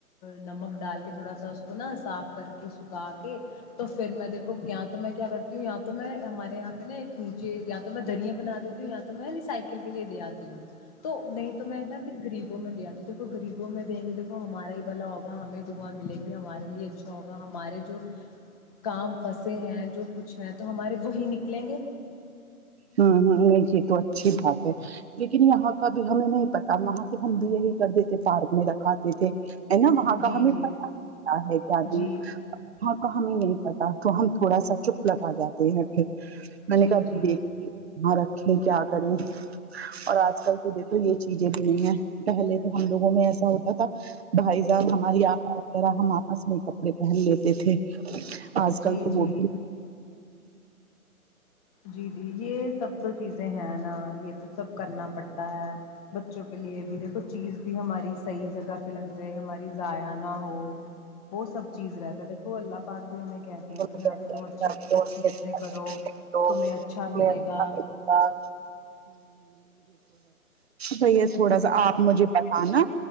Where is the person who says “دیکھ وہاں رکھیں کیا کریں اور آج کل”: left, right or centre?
Right